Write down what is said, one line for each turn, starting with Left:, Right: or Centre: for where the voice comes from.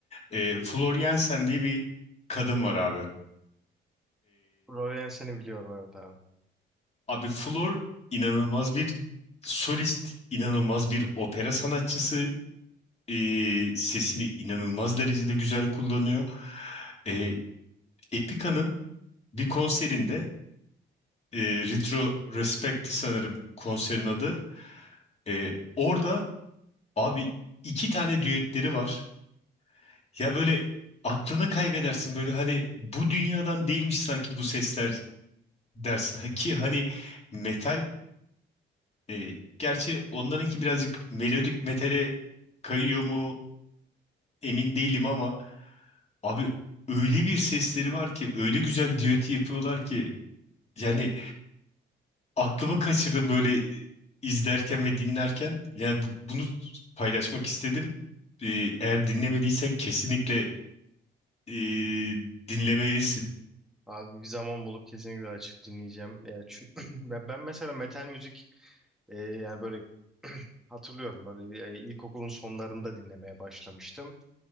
Left: Ee, Flor Jensen diye bir kadın var abi.
Centre: Florian seni biliyorum evet abi.
Left: Abi Flor inanılmaz bir solist, inanılmaz bir opera sanatçısı. Ee, sesini inanılmaz derecede güzel kullanıyor. Ee, Epica'nın bir konserinde e, Retro Respect sanırım konserin adı. Ee, orada abi iki tane düetleri var. Ya böyle aklını kaybedersin böyle hani bu dünyadan değilmiş sanki bu sesler dersin. <laughs> Ha Ki hani metal E, gerçi onlarınki birazcık melodik metale kayıyor mu emin değilim ama abi öyle bir sesleri var ki öyle güzel düeti yapıyorlar ki yani aklımı kaçırdım böyle izlerken ve dinlerken. Yani bu- bunu paylaşmak istedim. E, eğer dinlemediysen kesinlikle e, dinlemelisin.
Centre: Abi bir zaman bulup kesinlikle açıp dinleyeceğim. Ya çü- <clears throat> ya ben mesela metal müzik e, yani böyle <clears throat> hatırlıyorum böyle e, ilkokulun sonlarında dinlemeye başlamıştım.